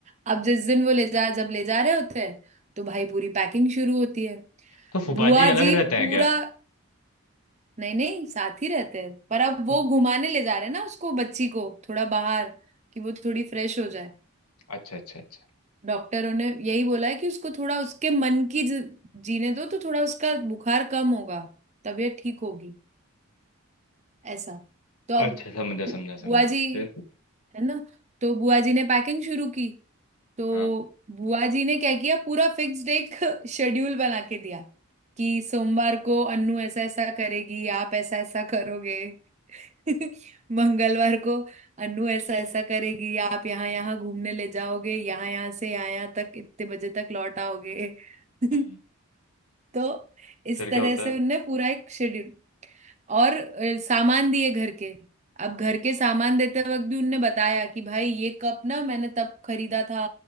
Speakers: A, on the right; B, on the left.
A: अब जिस दिन वो ले जा जब ले जा रहे होते हैं तो भाई पूरी पैकिंग शुरू होती है
B: तो फूफा
A: बुआ
B: जी अलग
A: जी
B: रहते हैं
A: पूरा
B: क्या
A: नहीं नहीं साथ ही रहते हैं पर अब वो
B: तो
A: घुमाने ले जा रहे हैं ना उसको बच्ची को थोड़ा बाहर कि वो थोड़ी फ्रेश हो जाए
B: अच्छा अच्छा अच्छा
A: डॉक्टरों ने यही बोला है कि उसको थोड़ा उसके मन की ज- जीने दो तो थोड़ा उसका बुखार कम होगा तबीयत ठीक होगी ऐसा तो अब
B: अच्छा समझा
A: बु-
B: समझा समझा
A: बुआ जी
B: फिर
A: है ना तो बुआ जी ने पैकिंग शुरू की तो
B: हाँ
A: बुआ जी ने क्या किया पूरा फिक्स्ड एक <laughs> शेड्यूल बना के दिया कि सोमवार को अन्नू ऐसा ऐसा करेगी आप ऐसा ऐसा करोगे <laughs> मंगलवार को अन्नू ऐसा ऐसा करेगी आप यहाँ यहाँ घूमने ले जाओगे यहाँ यहाँ से यहाँ यहाँ तक इतने बजे तक लौट आओगे <laughs>
B: हम्म
A: तो इस
B: फिर क्या
A: तरह
B: होता
A: से
B: है
A: उनने पूरा एक शेड्यूल और अ, सामान दिए घर के अब घर के सामान देते वक्त भी उनने बताया कि भाई ये कप ना मैंने तब खरीदा था